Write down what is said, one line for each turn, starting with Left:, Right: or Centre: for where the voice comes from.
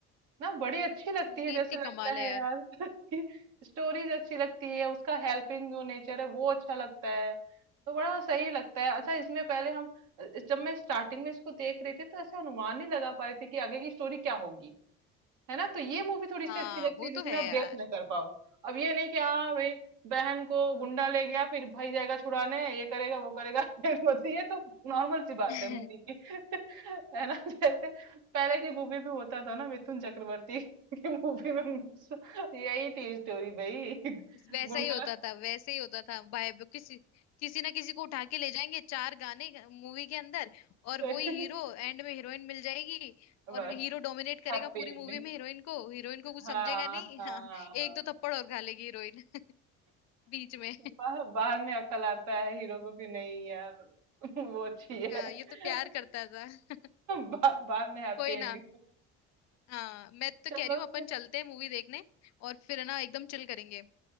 Right: ना बड़ी अच्छी लगती
Left: मूवी
Right: है जैसे
Left: इतनी
Right: लगता
Left: कमाल है
Right: है
Left: यार
Right: यार <laughs> कि स्टोरीज अच्छी लगती है उसका हेल्पिंग जो नेचर है वो अच्छा लगता है तो बड़ा सही लगता है अच्छा इसमें पहले हम जब मैं स्टार्टिंग में इसको देख रही थी तो ऐसे अनुमान नहीं लगा पा रही थी कि आगे की स्टोरी क्या होगी है ना तो ये मूवी थोड़ी
Left: हाँ
Right: सी अच्छी लगती
Left: वो
Right: है
Left: तो
Right: जिसमें
Left: है
Right: आप
Left: यार
Right: गेस न कर पाओ अब ये नहीं कि हाँ भाई बहन को गुंडा ले गया फिर भाई जाएगा छुड़ाने ये करेगा वो करेगा <laughs> फिर मतलब ये तो नॉर्मल सी बात
Left: <laughs>
Right: है मूवी की <laughs> है ना जैसे पहले की मूवी भी होता था ना मिथुन चक्रवर्ती <laughs> की मूवी में <laughs> यही थी स्टोरी भाई <laughs>
Left: वैसा
Right: गुंडा
Left: ही होता था वैसे ही होता था भाई अब किसी किसी ना किसी को उठा के ले जाएंगे चार गाने मूवी के अंदर और
Right: <laughs>
Left: वही हीरो एंड में हीरोइन मिल जाएगी और
Right: बस
Left: हीरो डोमिनेट करेगा
Right: हैप्पी
Left: पूरी
Right: एंडिंग
Left: मूवी में हीरोइन को हीरोइन को कुछ
Right: हाँ
Left: समझेगा नहीं
Right: हाँ
Left: <laughs> हाँ एक
Right: हाँ
Left: दो थप्पड़ और खा लेगी हीरोइन <laughs> बीच में
Right: बा, बाद में अकल आता है हीरो को कि नहीं यार <laughs> वो अच्छी है
Left: हाँ, ये तो
Right: <laughs>
Left: प्यार करता था <laughs>
Right: बा, बाद में हैप्पी
Left: कोई
Right: एंडिंग
Left: ना हाँ मैं तो
Right: चलो
Left: कह रही हूँ अपन
Right: फिर
Left: चलते हैं मूवी देखने और फिर ना एकदम चिल करेंगे